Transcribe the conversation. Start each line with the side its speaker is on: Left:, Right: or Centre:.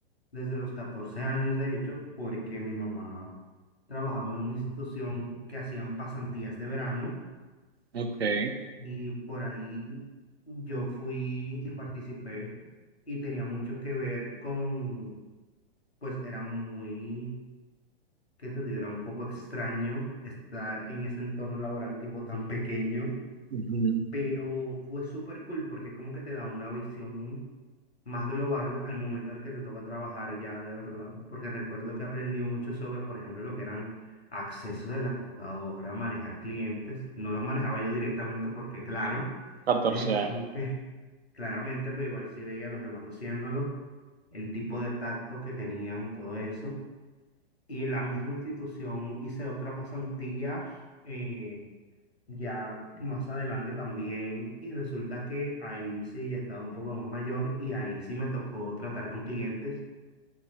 Left: desde los 14 años, de hecho, porque mi mamá trabajaba en una institución que hacían pasantías de verano
Right: Ok,
Left: y por ahí yo fui y participé y tenía mucho que ver con, pues era muy, que te digo, era un poco extraño estar en ese entorno laboral tipo tan pequeño,
Right: ujú.
Left: pero fue súper cool porque es como que te da una visión. más global al momento en el que te toca trabajar ya de verdad, porque recuerdo que aprendí mucho sobre, por ejemplo, lo que eran accesos de la computadora, manejar clientes. No los manejaba yo directamente porque, claro,
Right: 14
Left: es como
Right: años.
Left: que claramente, pero igual sí veía a los demás haciéndolo, el tipo de tacto que tenían y todo eso. Y en la misma institución hice otra pasantía. eh, ya más adelante también y resulta que ahí sí ya estaba un poco más mayor y ahí sí me tocó tratar con clientes